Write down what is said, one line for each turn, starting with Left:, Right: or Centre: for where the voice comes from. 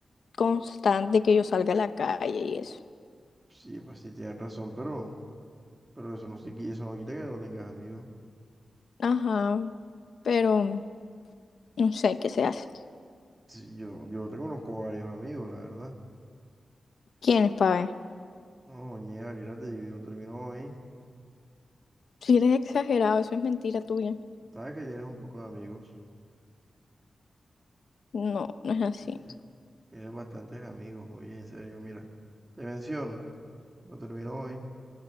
Left: constante que yo salga a la calle y eso.
Right: Sí, pues sí tienes razón, pero, pero eso no se, qui- eso no quita que no tengas amigos.
Left: Ajá, pero no sé qué se hace.
Right: Sí, yo, yo te conozco varios amigos, la verdad.
Left: ¿Quién es ver?
Right: No, ñe, ahorita te no terminó hoy.
Left: Si eres exagerado, eso es mentira tuya.
Right: Sabes que tienes un poco de amigos.
Left: No, no es así.
Right: Chévere. Tienes bastantes amigos, oye, en serio, mira. Te menciono, no terminó hoy.